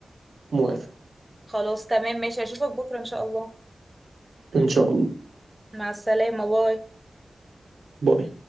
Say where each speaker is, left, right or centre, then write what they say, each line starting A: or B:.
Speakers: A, on the right; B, on the right.
A: موافق
B: خلاص تمام ماشي اشوفك بكرة ان شاء الله
A: ان شاء الله
B: مع السلامة باي
A: باي